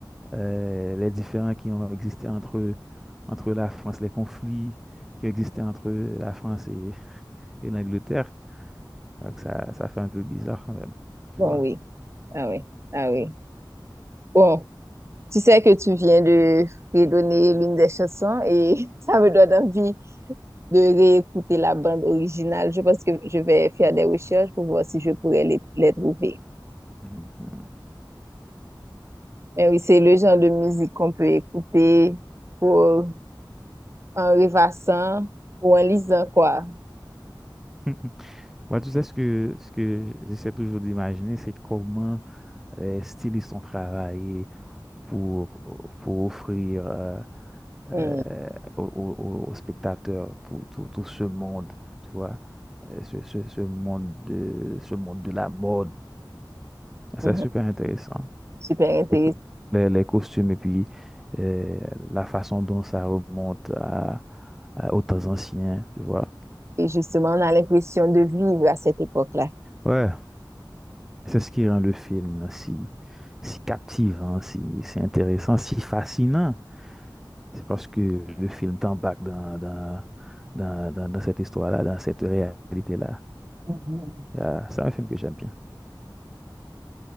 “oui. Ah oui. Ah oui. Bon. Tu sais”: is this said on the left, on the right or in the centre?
Right